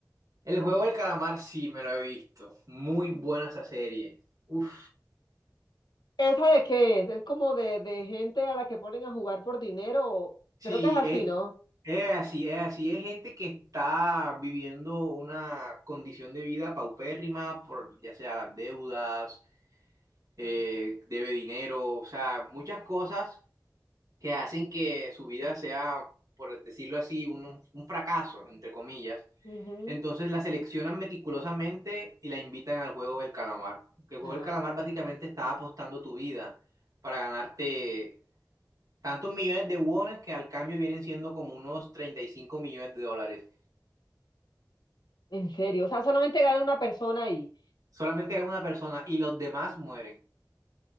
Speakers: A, on the right (about 50°); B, on the left (about 75°).
A: El juego del calamar sí me lo he visto. Muy buena esa serie. Uf.
B: ¿Esa de qué es? Es como de, de gente a la que ponen a jugar por dinero. o-
A: Sí,
B: Creo que es así,
A: es,
B: ¿no?
A: es así, es así. Es gente que está viviendo una condición de vida paupérrima, por, ya sea las deudas, eh, debe dinero, o sea, muchas cosas que hacen que su vida sea, por decirlo así, un, un fracaso, entre comillas.
B: Ujú.
A: Entonces la seleccionan meticulosamente y la invitan al juego del calamar. Que el juego
B: Ah,
A: del calamar básicamente está apostando tu vida para ganarte tantos millones de wones que al cambio vienen siendo como unos 35 millones de dólares.
B: en serio. O sea, solamente gana una persona ahí.
A: Solamente hay una persona y los demás mueren.